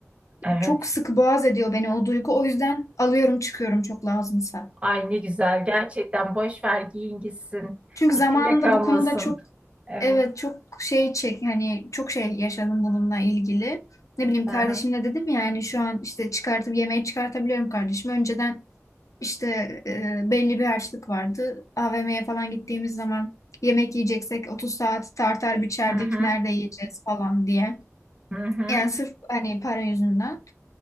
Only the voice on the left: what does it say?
Çok sıkı boğaz ediyor beni o duygu o yüzden alıyorum çıkıyorum çok lazımsa.
Çünkü
zamanında
bu konuda çok
evet çok şey çek hani çok şey yaşadım bununla ilgili. Ne bileyim
kardeşimle
dedim ya hani şu an işte çıkartıp yemeği çıkartabiliyorum kardeşim. Önceden işte e, belli bir harçlık vardı. AVM'ye falan gittiğimiz zaman yemek yiyeceksek 30 saat tartar biçerdik
nerede yiyeceğiz falan diye.
Yani sırf hani para yüzünden.